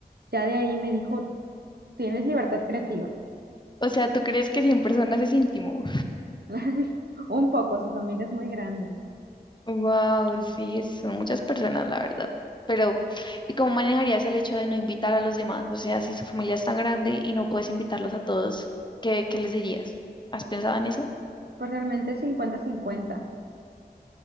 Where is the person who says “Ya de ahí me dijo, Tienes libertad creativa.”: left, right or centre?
Right